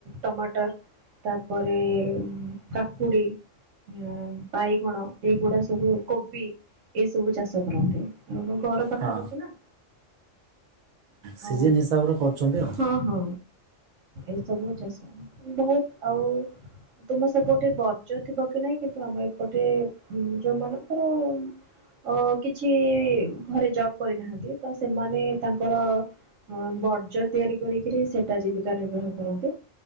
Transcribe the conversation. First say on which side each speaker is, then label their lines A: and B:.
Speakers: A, on the right; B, on the right.
A: ଟମାଟର୍ ତାପରେ କାକୁଡ଼ି ମ ବାଇଗଣ ଏଇଗୁଡ଼ା ସବୁ କୋବି ଏ ସବୁ ଚାଷ କରନ୍ତି। ହୁଁ ମୋ ଘର ପାଖାପାଖି
B: ହଁ
A: ନା।
B: ସିଜନ୍
A: ଓ
B: ହିସାବରେ କରୁଛନ୍ତି ଆଉ
A: ହଁ ହଁ ଏଇସବୁ ଚାଷ ହୁଏ। ବୋହୁତ୍ ଆଉ ତୁମ ସେପଟେ ବର୍ଜ୍ୟ ଥିବ କି ନାଇଁ କିନ୍ତୁ ଆମେ ଏପଟେ ଯୋଉ ମାନଙ୍କର ଅ କିଛି ଘରେ ଜବ୍ କରିନାହାନ୍ତି ତ ସେମାନେ ତାଙ୍କର ହଁ ବର୍ଜ୍ୟ ତିଆରି କରିକିରି ସେଟା ଜୀବିକା ନିର୍ବାହ କରନ୍ତି।